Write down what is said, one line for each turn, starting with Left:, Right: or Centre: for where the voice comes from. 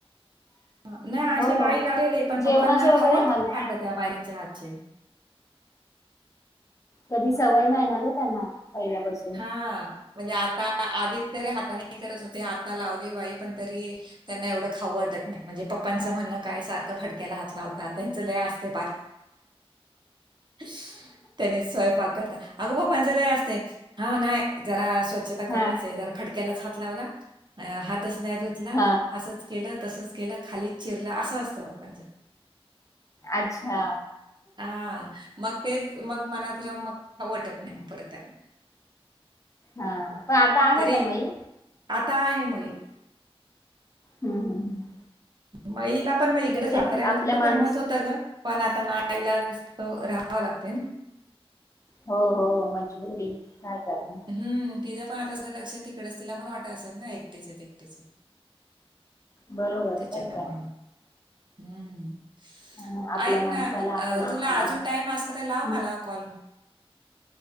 Right: हा नाही
Left: हो
Right: अशी बाई लावलेले पण पप्पांना
Left: जेवणाचे वगैरे
Right: खाऊवटत
Left: हाल
Right: नाही अगं त्या बाईकांच्या हातचे.
Left: कधी सवय नाही ना ग त्यांना. पहिल्यापासून
Right: हा म्हणजे आता आधीच जरी हाताने करत होते आ ता लावली बाई पण तरी त्यांना एवढं खाऊ वाटत नाही म्हणजे पप्पांचं
Left: हा.
Right: म्हणण काय सार फडक्याला हात लावतात होता त्यांचा लय असते. <unintelligible> त्यानी स्वयंपाक करता अगो पप्पांच्या लय असते. हा नाही जरा स्वच्छता
Left: हा
Right: कमीच आहे जरा फडक्यालाच हात लावला हातच नाय धुतला
Left: हा
Right: असचं केलं तसचं केलं खालीच चिर असं असतं पप्पांच्या
Left: अच्छा
Right: हा मग ते मग मला तर मग खाउ वाटत नाही मग परत त्यांना.
Left: हा पण आता आहे
Right: तरी
Left: ना मई?
Right: आता आहे मई.
Left: हम्म हम्म.
Right: मईला पण मग इकडे सातारायला
Left: तेच आपला
Right: कुठं
Left: माणूस
Right: करमत होतं ग. पण आता नाईला जस तो राहावा लागते ना.
Left: हो हो मजबुरी. काय करणार
Right: हम्म, तिच्यां पण आताच लक्षात तिकडेच तिला पण वाटय असल ना एकटेच आहेत एकटेच आहेत.
Left: बरोबर
Right: त्याच्यामुळं.
Left: तर काय.
Right: हम्म.
Left: हा ना, आपल्या
Right: ऐक
Left: माणसाला
Right: ना
Left: आपण
Right: तुला
Left: सांभाळ
Right: अजून टाइम असला तर लाव
Left: हम्म,
Right: मला कॉल मग.